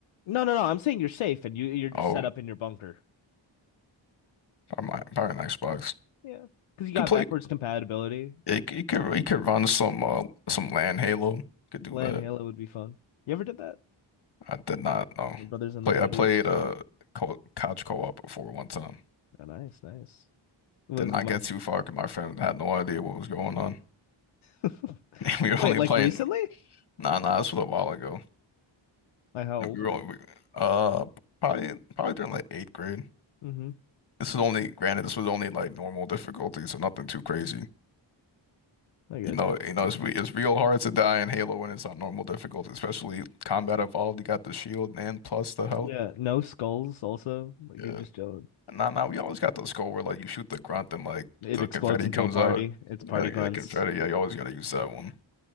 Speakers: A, on the left; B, on the left.
A: No, no, no. I'm saying you're safe and you you're just
B: Oh,
A: set up in your bunker.
B: probably, my- probably an Xbox.
A: Yeah. Because
B: You
A: you got
B: could play.
A: backwards compatibility.
B: It, it could it could run some uh some LAN Halo. Could do
A: Land
B: that.
A: Halo would be fun. You ever did that?
B: I did not know.
A: My brothers and
B: Play
A: the buddies.
B: I played uh co couch co-op before one time.
A: Oh, nice, nice. What
B: Did
A: is
B: not
A: it, Ma?
B: get too far because my friend had no idea what was going on.
A: <laughs>
B: <laughs> We were
A: Wait,
B: only
A: like
B: playing.
A: recently?
B: Nah, nah, this was a while ago.
A: Like how
B: And
A: old
B: we were
A: are
B: all-
A: you?
B: we- uh probably probably during like eighth grade.
A: Mm-hmm.
B: This was only granted this was only like normal difficulty, so nothing too crazy.
A: I got
B: You know,
A: you. I got
B: you know
A: you.
B: it's re it's real hard to die in Halo when it's on normal difficulty, especially combat evolved. You got the shield and plus the health.
A: Yeah, no skulls also. Like
B: Yeah.
A: you're just chilling.
B: Nah, nah, we always got the skull where like you shoot the grunt and like
A: It
B: the
A: explodes
B: confetti
A: into
B: comes
A: a party.
B: out.
A: It's
B: Yeah,
A: party
B: like,
A: grunts.
B: yeah, confetti. Yeah, you always gotta use that one.